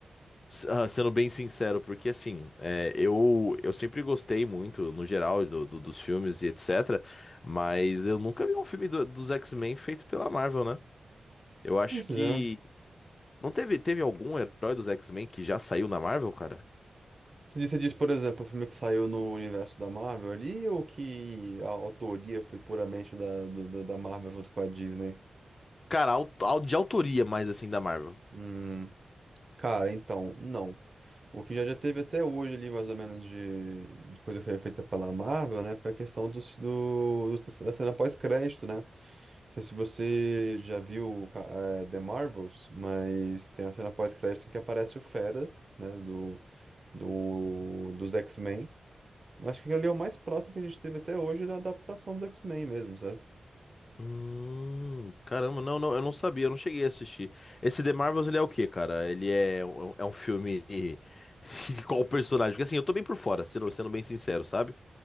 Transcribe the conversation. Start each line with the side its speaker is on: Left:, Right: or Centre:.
Left: s- ah, sendo bem sincero, porque assim, é, eu, eu sempre gostei muito, no geral, do- do- dos filmes e etc, mas eu nunca vi um filme do- dos X-Men feito pela Marvel, né? Eu acho
Right: Mas
Left: que.
Right: é.
Left: Não teve, teve algum herói dos X-Men que já saiu na Marvel, cara?
Right: Você disse, você disse, por exemplo, o filme que saiu no universo da Marvel ali, ou que a autoria foi puramente da, do- do- da Marvel junto com a Disney?
Left: Cara, au- au- de autoria mais assim da Marvel.
Right: Hum, cara, então, não. O que já, já teve até hoje ali, mais ou menos, de, de coisa que foi feita pela Marvel, né? Foi a questão dos, do, do- da cena pós-crédito, né? Não sei se você já viu ca- eh, The Marvels, mas tem a cena pós-crédito em que aparece o Fera, né, do, do, dos X-Men. Eu Acho que ele é o mais próximo que a gente teve até hoje da adaptação dos X-Men mesmo, sabe?
Left: Hum, caramba, não, não, eu não sabia, eu não cheguei a assistir. Esse The Marvels, ele é o quê, cara? Ele é, um- um, é um filme <laughs> de qual personagem? Porque assim, eu tô bem por fora, sendo, sendo bem sincero, sabe?